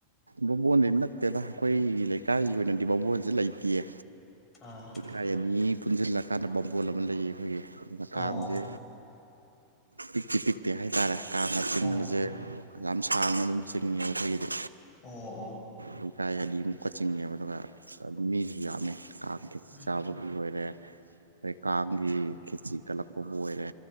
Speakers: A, on the right; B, on the left.
A: ꯕꯥꯕꯣꯟ ꯅꯠꯇꯦꯗ ꯑꯈꯣꯏꯒꯤ ꯂꯩꯀꯥꯏꯒꯤ ꯑꯣꯏꯅꯗꯤ ꯕꯕꯣꯟꯁꯦ ꯂꯩꯇꯤꯌꯦ꯫
B: ꯑꯥ꯫
A: ꯂꯩꯀꯥꯏ ꯑꯅꯤ ꯄꯨꯟꯁꯤꯜꯂꯀꯥꯟꯗ ꯕꯥꯕꯣꯟ ꯑꯃ ꯂꯩꯌꯦ ꯑꯈꯣꯏꯒꯤ ꯃꯇꯥꯝꯁꯦ
B: ꯑꯣ
A: ꯄꯤꯛꯇꯤ ꯄꯤꯛꯇꯦ ꯍꯥꯏꯇꯥꯔꯦ ꯀꯥꯡꯒ ꯆꯤꯡꯕꯁꯦ
B: ꯑꯣ
A: ꯌꯥꯝ ꯁꯥꯡꯅ ꯑꯗꯨꯝ ꯆꯤꯡꯉꯦ ꯑꯈꯣꯏꯒꯤꯗꯤ꯫
B: ꯑꯣ ꯑꯣ꯫
A: ꯂꯩꯀꯥꯏ ꯑꯗꯤꯃꯨꯛ ꯀ ꯆꯤꯡꯉꯦꯕ ꯑꯗꯨꯒ ꯃꯤꯁꯨ ꯌꯥꯝꯃꯦ ꯀꯥꯡꯒꯤ꯫
B: <unintelligible>
A: ꯆꯥꯕꯒꯤ ꯑꯣꯏꯔꯦ꯫ ꯑꯗꯩ ꯀꯥꯡꯒꯤ ꯈꯦꯠꯆꯤ ꯀꯠꯂꯛꯄꯕꯨ ꯑꯣꯏꯔꯦ